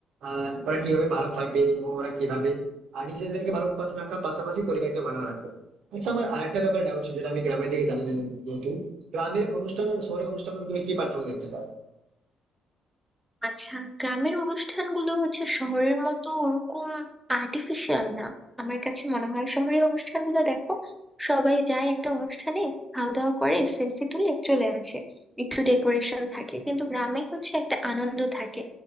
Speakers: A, on the right (about 75°); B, in the centre.
A: আহ ওরা কিভাবে ভালো থাকবে এবং ওরা কিভাবে আর নিজেদেরকে ভালো অভ্যাস রাখার পাশাপাশি পরিবারকে ভালো রাখবে আচ্ছা আমার আরেকটা ব্যাপার ডাউট ছিল যেটা আমি গ্রামের দিকে জানি না যেহেতু গ্রামের অনুষ্ঠান আর শহরের অনুষ্ঠানের মধ্যে তুমি কি পার্থক্য দেখতে পাও
B: আচ্ছা গ্রামের অনুষ্ঠানগুলো হচ্ছে শহরের মতো ওরকম আর্টিফিশিয়াল না আমার কাছে মনে হয় শহরের অনুষ্ঠানগুলো দেখো সবাই যায় একটা অনুষ্ঠানে খাওয়া দাওয়া করে সেলফি তুলে চলে আসে একটু ডেকোরেশন থাকে কিন্তু গ্রামে হচ্ছে একটা আনন্দ থাকে